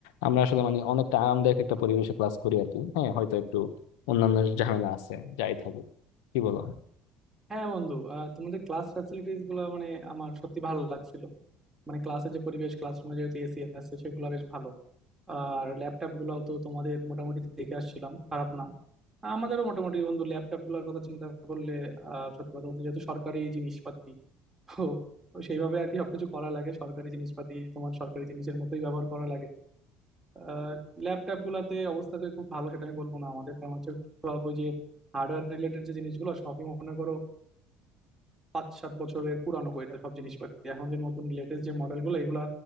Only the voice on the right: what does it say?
হ্যাঁ বন্ধু আহ, তোমাদের ক্লাস ফ্যাসিলিটিস গুলো মানে আমার সত্যি ভালো লাগছিল মানে ক্লাসের যে পরিবেশ ক্লাসরুমে যেহেতু এসি আছে সেগুলো বেশ ভালো আর ল্যাপটপ গুলাও তো তোমাদের মোটামুটি দেখে আসছিলাম খারাপ না আমাদেরও মোটামুটি বন্ধু ল্যাপটপ গুলোর কথা চিন্তা করলে আহ সত্যি কথা বলতে যেহেতু সরকারি জিনিসপাতি তো তো সেইভাবে আর কি সবকিছু করা লাগে সরকারি জিনিসপাতি তোমার সরকারি জিনিসের মতোই ব্যবহার করা লাগে আহ ল্যাপটপ গুলাতে অবস্থা তো খুব ভালো সেটা আমি বলবো না আমাদের কারণ হচ্ছে সব ওই যে হার্ডওয়্যার রিলেটেড যে জিনিসগুলো সবই মনে করো পাঁচ সাত বছরের পুরানো কইরা সব জিনিসপাতি এখন যে নতুন লেটেস্ট যে মডেলগুলো এগুলা